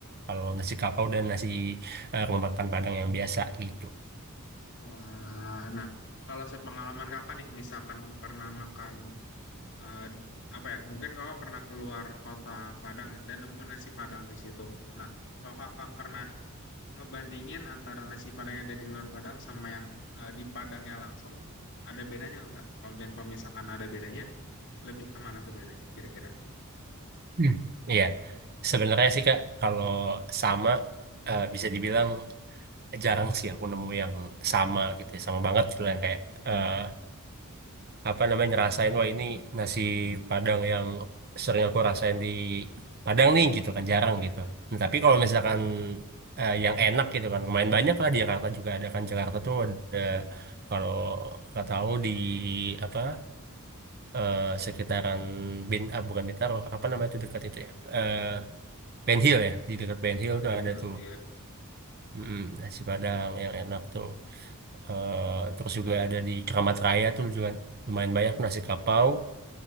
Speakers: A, on the right (about 45°); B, on the left (about 55°).
A: kalau nasi kapau dan nasi eh, rumah makan Padang yang biasa gitu
B: Wah, nah kalau sepengalaman Kakak nih misalkan pernah makan eh, apa ya? Mungkin Kakak pernah keluar kota Padang ya dan nemu nasi Padang di situ. Nah, kalau Kakak pernah ngebandingin antara nasi Padang yang ada di luar Padang sama yang eh, di Padangnya langsung, ada bedanya nggak Kak? Kalau dan kalau misalkan ada bedanya Lebih kemana tuh bedanya kira-kira?
A: Hmm, Iya, sebenarnya sih Kak, kalau sama eh, bisa dibilang jarang sih aku nemu yang sama gitu, ya. sama banget gitu yang kayak eh, apa namanya ngerasain wah ini nasi Padang yang sering aku rasain di Padang nih gitu kan jarang gitu.
B: Mhm,
A: Nah, tapi kalau misalkan
B: mhm.
A: eh, yang enak gitu kan lumayan banyak lah di Jakarta juga ada kan Jakarta tuh ada kalau nggak tahu di apa eh, sekitaran bin ah, bukan Bintaro apa namanya itu dekat itu ya eh, Ben Hill ya di dekat Ben Hill
B: Oh, Ben
A: tuh ada
B: Hill,
A: tuh
B: iya.
A: Mm-mm, nasi Padang yang enak tuh Eh, terus juga ada di Keramat Raya tuh juga lumayan banyak nasi kapau